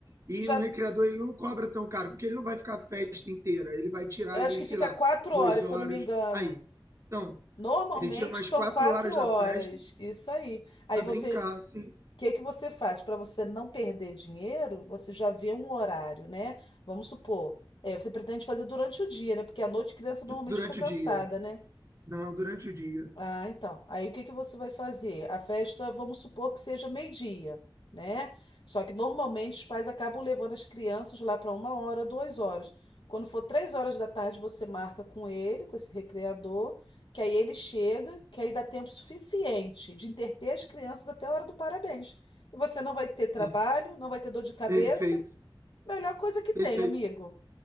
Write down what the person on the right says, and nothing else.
E
um recreador ele não cobra tão caro, porque ele não vai ficar a festa inteira. Ele vai tirar
ali,
sei
lá,
duas
horas.
Aí. Então,
ele tira umas
quatro
horas
da festa
para
brincar, assim,
durante
o dia.
Não, durante o dia.
Sim.
Perfeito,
perfeito.